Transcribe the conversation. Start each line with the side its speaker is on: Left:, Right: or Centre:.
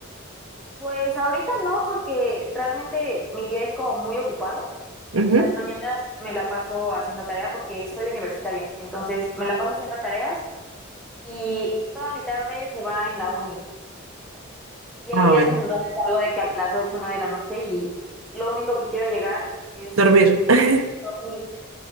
Centre: Pues ahorita no, porque realmente mi día es como muy ocupado.
Right: Ujú.
Centre: En las mañanas me la paso haciendo tarea porque soy universitaria, entonces me la paso haciendo tareas y toda mi tarde se va en la uni. Y
Right: Ah,
Centre: hay días
Right: bueno.
Centre: en donde salgo de que a las 8 o 9 de la noche y lo único que quiero llegar es
Right: Dormir. <laughs>
Centre: dormir.